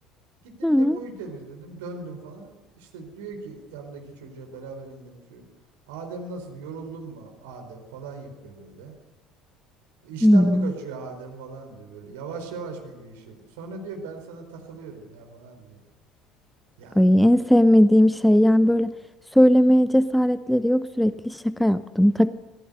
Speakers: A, on the right; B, in the centre.
A: Gittim
B: Hı.
A: depoyu temizledim. Döndüm falan. İşte diyor ki yandaki çocuğa beraber indiğim çocuğa. Adem nasıl? Yoruldun mu? Adem falan yapıyor böyle. İşten
B: Hmm.
A: mi kaçıyor Adem falan diyor böyle. Yavaş yavaş mı bir iş yapıyor? Sonra diyor ben sana takılıyorum ya falan diyor. Ya
B: Ay, en sevmediğim şey yani böyle söylemeye cesaretleri yok sürekli şaka yaptım